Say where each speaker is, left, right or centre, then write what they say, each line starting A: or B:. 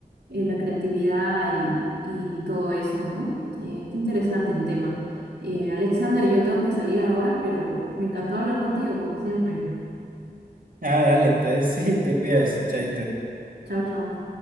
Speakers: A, on the right (about 85°); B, on the right (about 55°).
A: eh, la creatividad y, y todo eso, ¿no? Eh, qué interesante el tema. Eh, Alexander, yo tengo que salir ahora, pero me encantó hablar contigo, como siempre.
B: Ah, dale, entonces <laughs> sí, te cuidas, chaito.
A: Chao, chao.